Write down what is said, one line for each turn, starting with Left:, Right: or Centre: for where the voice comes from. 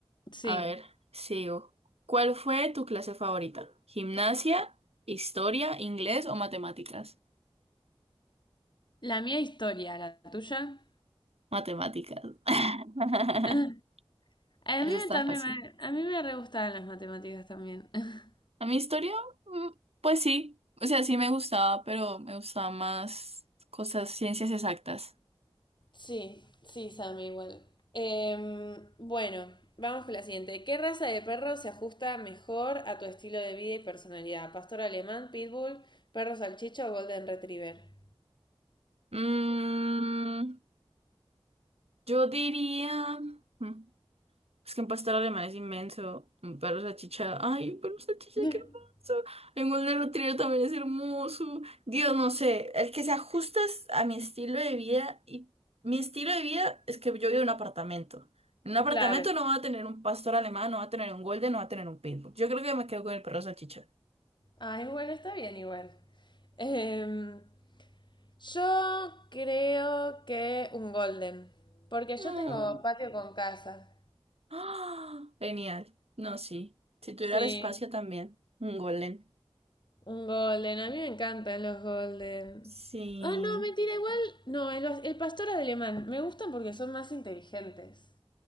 Left: Sí.
Right: A ver, sigo. ¿Cuál fue tu clase favorita? ¿Gimnasia, historia, inglés o matemáticas?
Left: La mía historia, la tuya.
Right: Matemáticas. <laughs>
Left: <laughs> Ah, A
Right: Eso
Left: mí me-
Right: estaba
Left: también
Right: fácil.
Left: me, a mí me re gustaban las matemáticas también. <laughs>
Right: A mi historia, mm, pues sí. O sea, sí me gustaba, pero me gustaba más cosas, ciencias exactas.
Left: Sí, sí, Sammy, igual. Em, bueno, vamos con la siguiente. ¿Qué raza de perro se ajusta mejor a tu estilo de vida y personalidad? ¿Pastor alemán, pitbull, perro salchicha o golden retriever?
Right: Mm, yo diría. mm, Es que un pastor alemán es inmenso. Un perro salchicha. Ay, un perro salchicha,
Left: <laughs>
Right: qué hermoso. Un golden retriever también es hermoso. Dios, no sé. El que se ajusta es a mi estilo de vida. Y mi estilo de vida es que yo vivo en un apartamento. En un apartamento
Left: Claro.
Right: no va a tener un pastor alemán, no va a tener un golden, no va a tener un pitbull. Yo creo que me quedo con el perro salchicha.
Left: Ay, bueno, está bien igual. Em, yo creo que un golden, porque
Right: Mm.
Left: yo tengo patio con casa.
Right: <gasps> ¡Ah! Genial. No, sí. Si tuviera
Left: Sí,
Right: el espacio también. Un golden.
Left: un golden. A mí me encantan los golden.
Right: Sí.
Left: Ah, no, mentira, igual. No, el, el pastor alemán. Me gustan porque son más inteligentes.